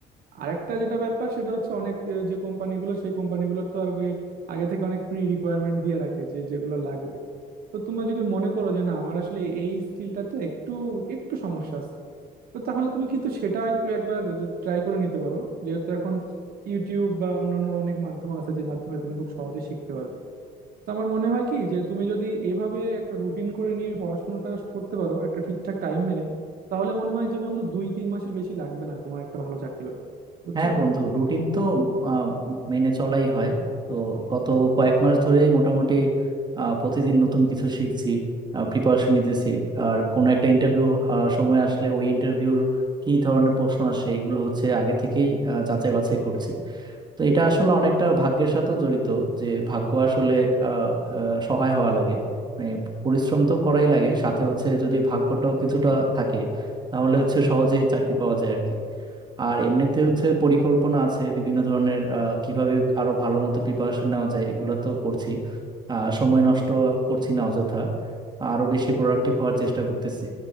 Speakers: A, on the right; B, on the right.
A: আরেকটা যেটা ব্যাপার সেটা হচ্ছে অনেক আহ, যে কোম্পানিগুলো সেই কোম্পানিগুলোর তো আর আগে আগে থেকে অনেক প্রি রিকোয়ারমেন্ট দিয়ে রাখে যে যেগুলো লাগবে তো তোমরা যদি মনে করো যে না আমার আসলে এই স্কিলটাতে একটু একটু সমস্যা আছে তো তাহলে তুমি কিন্তু সেটা একটু একবার ট্রাই করে নিতে পারো যেহেতু এখন ইউটিউব বা অন্যান্য অনেক মাধ্যম আছে যে মাধ্যমে তুমি খুব সহজে শিখতে পারবে তো আমার মনে হয় কি যে তুমি যদি এভাবে একটা রুটিন করে নিয়ে পড়াশোনাটা করতে পারো একটা ঠিকঠাক টাইম মেনে তাহলে মনে হয় যে বন্ধু দুই তিন মাসের বেশি লাগবে না তোমার একটা ভালো চাকরি পাইতে বুঝছো
B: হ্যাঁ বন্ধু রুটিন তো আহ, মেনে চলাই হয় তো গত কয়েক মাস ধরেই মোটামুটি আহ, প্রতিদিন নতুন কিছু শিখছি প্রিপারেশন নিতেছি আর কোনো একটা ইন্টারভিউ সময় আসলে ওই ইন্টারভিউর কি ধরনের প্রশ্ন আসে এগুলো হচ্ছে আগে থেকেই আহ, যাচাই বাছাই করছি তো এটা আসলে অনেকটা ভাগ্যের সাথেও জড়িত যে ভাগ্য আসলে আহ, আহ, সহায় হওয়া লাগে মানে পরিশ্রম তো করাই লাগে সাথে হচ্ছে যদি ভাগ্যটাও কিছুটা থাকে তাহলে হচ্ছে সহজেই চাকরি পাওয়া যায় আর কি আর এমনিতে হচ্ছে পরিকল্পনা আছে বিভিন্ন ধরনের আহ, কিভাবে আরো ভালো মতো প্রিপারেশন নেওয়া যায় এগুলো তো করছি আহ, সময় নষ্ট করছি না অযথা আরো বেশি প্রোডাক্টিভ হওয়ার চেষ্টা করতেছি